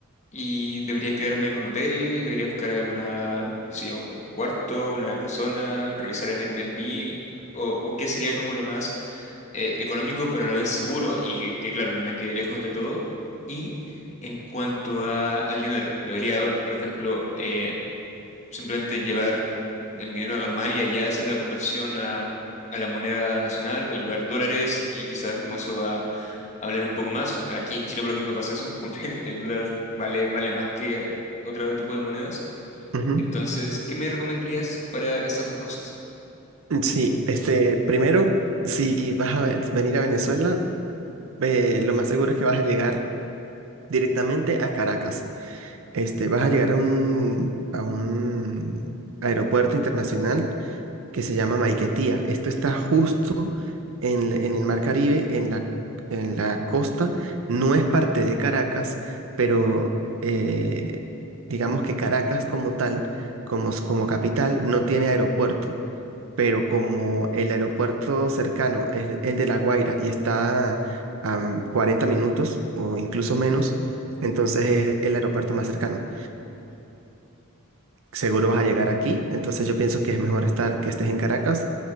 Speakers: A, on the left; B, on the right.
A: Y debería quedarme en un hotel, debería buscar alguna, qué sé yo, un cuarto, una casona, revisar en Airbnb, o, o qué sería como lo más eh, económico, pero a la vez seguro y que, que, claro, no me quede lejos de todo. Y en cuanto a- al dinero, debería, por ejemplo, eh, simplemente llevar el dinero normal y allá hacer la conversión a, a la moneda nacional o llevar dólares y quizás como eso va a hablar un poco más. Aquí en Chile, por ejemplo, pasa eso, <laughs> como que el, el dólar vale, vale más que otro tipo de monedas.
B: Ujú.
A: Entonces, ¿qué me recomendarías para esas dos cosas?
B: Sí, este, primero, si vas a ve- venir a Venezuela, eh, lo más seguro es que vas a llegar directamente a Caracas. Este, vas a llegar a un, a un aeropuerto internacional que se llama Maiquetía. Esto está justo en, el en el Mar Caribe, en la, en la costa. No es parte de Caracas, pero eh, digamos que Caracas como tal, como, s- como capital, no tiene aeropuerto. Pero como el aeropuerto cercano es el de La Guaira y está a mm, 40 minutos o incluso menos, entonces es el aeropuerto más cercano seguro vas a llegar aquí, entonces yo pienso que es mejor estar, que estés en Caracas,